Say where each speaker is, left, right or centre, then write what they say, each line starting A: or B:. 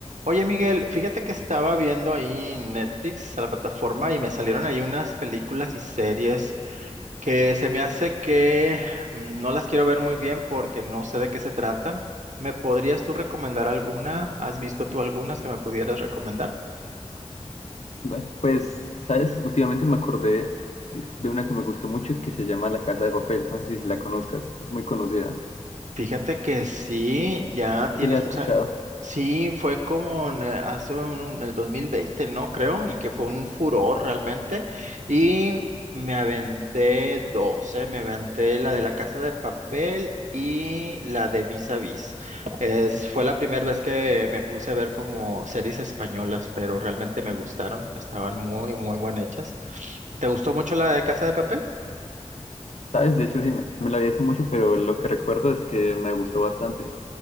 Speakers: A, on the right; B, on the left.
A: Oye, Miguel, fíjate que estaba viendo ahí Netflix, a la plataforma, y me salieron ahí unas películas y series que se me hace que mm, no las quiero ver muy bien porque no sé de qué se tratan. ¿Me podrías tú recomendar alguna? ¿Has visto tú algunas que me pudieras recomendar?
B: Ve, Pues, ¿sabes? Últimamente me acordé de, de una que me gustó mucho que se llama La Casa de Papel. No sé si la conozcas, es muy conocida.
A: Fíjate que sí, ya tiene
B: Sí la
A: sus,
B: has escuchado.
A: Sí, fue como en, eh, hace un, en el 2020, ¿no? Creo, y que fue un furor realmente. Y me aventé dos, ¿eh? Me aventé la de La Casa de Papel y la de Vis a Vis. Es, fue la primera vez que me puse a ver como series españolas, pero realmente me gustaron. Estaban muy, muy bien hechas. ¿Te gustó mucho la de Casa de Papel?
B: ¿Sabes? De hecho, sí, me, me la vi hace mucho, pero lo que recuerdo es que me gustó bastante.